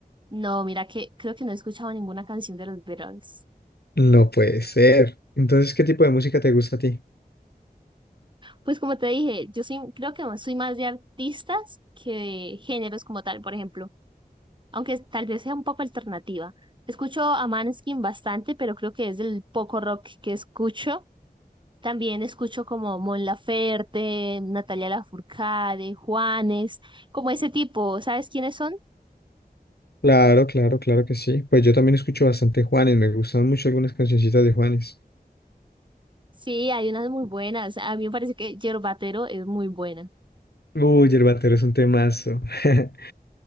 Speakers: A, on the right; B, on the left.
A: No, mira que creo que no he escuchado ninguna canción de los Beatles.
B: No puede ser. Entonces, ¿qué tipo de música te gusta a ti?
A: Pues como te dije, yo soy, creo que soy más de artistas que de géneros como tal. Por ejemplo, aunque tal vez sea un poco alternativa. Escucho a Maneskin bastante, pero creo que es el poco rock que escucho. También escucho como Mon Laferte, Natalia Lafourcade, Juanes, como ese tipo. ¿Sabes quiénes son?
B: Claro, claro, claro que sí. Pues yo también escucho bastante Juanes. Me gustan mucho algunas cancioncitas de Juanes.
A: Sí, hay unas muy buenas. A mí me parece que Yerbatero es muy buena.
B: Uy, Yerbatero es un temazo. <laughs>